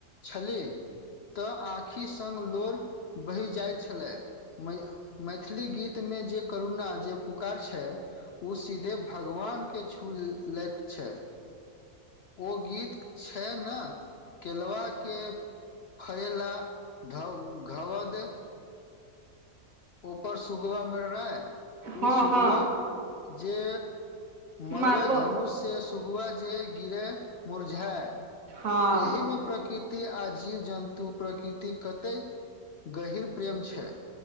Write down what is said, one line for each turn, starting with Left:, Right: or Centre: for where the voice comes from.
Left: छली, तऽ आँखि सङ्ग लोर बहि जाइत छले। मै - मैथिली गीत मे जे करुणा जे पुकार छै उ सीधे भगवान के छू ल्-लैत छै। ओ गीत छनि न केलवा के फरेला घव-घवद उपर सुगबा मिरराइ
Right: हँ
Left: उ सुगबा
Right: हँ
Left: जे मरबय
Right: मारबो
Left: धनुष से सुगबा जे गिरय मुरझाय।
Right: हँ
Left: एहिमे प्रकृति आ जीव जन्तु प्रकृतिक कतेक गहिर प्रेम छै।